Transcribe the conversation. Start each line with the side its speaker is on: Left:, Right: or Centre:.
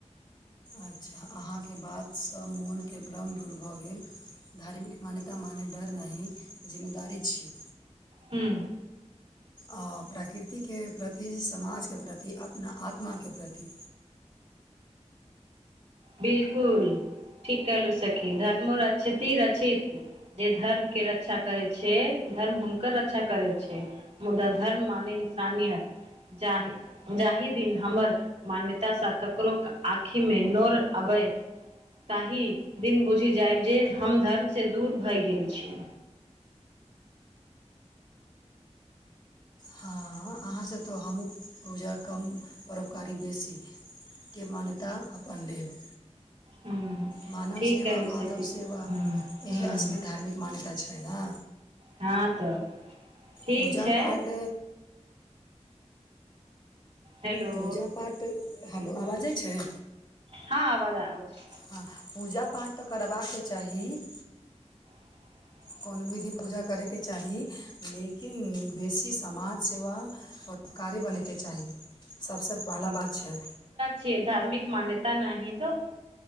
Left: अच्छा अहाँके बातसँ मोनके भ्रम दूर भऽ गेल धार्मिक मान्यता माने डर नहि जिम्मेदारी छियै
Right: हूँ
Left: अ प्रकृतिके प्रति समाजके प्रति अपना आत्माके प्रति
Right: बिल्कुल ठीक कहलू सखी धर्म रीक्षति रक्षित जे धर्म के रक्षा करै छै धर्म हुनकर रक्षा करै छै मुदा धर्म माने इंसानियत जाहे जाहि दिन हमर मान्यता स ककरो क आंखि मे नोर आबय ताहि दिन बुझि जायब जे हम धर्म से दूर भै गेल छि
Left: हँ आहाँ से तऽ हमू पूजा कम परोपकारी बेसी के मान्यता अपन लेब
Right: हूँ
Left: मानव
Right: ठीक
Left: सेवा
Right: कहलु
Left: माधव
Right: सखी
Left: सेवा
Right: हूँ
Left: एहे
Right: हूँ
Left: असली धार्मिक मान्यता छै न
Right: हँ तऽ ठीक
Left: पूजा
Right: छै
Left: पाड
Right: हेलो
Left: पूजा पाठ हेलो आबज जाय छै
Right: ह अबाज आबय छै
Left: हऽ पूजा पाठ तऽ करबाक चाही <inaudible>
Right: <unintelligible>
Left: कौन विधि पूजा करय केँ चाही लेकिन बेसी समाज सेवा कऽ उपकारी बनै केँ चाही सबसे पहला बात छै
Right: छियै धार्मिक मान्यता नै तो